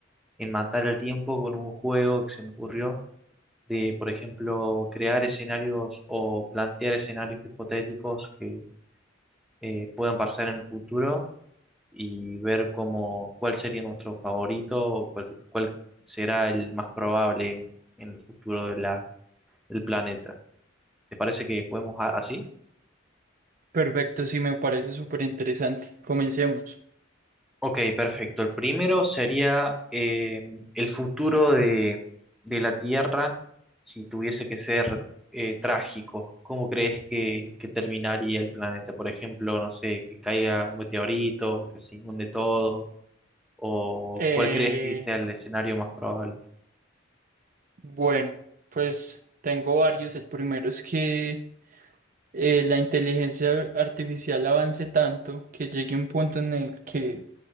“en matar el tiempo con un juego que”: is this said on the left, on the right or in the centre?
Centre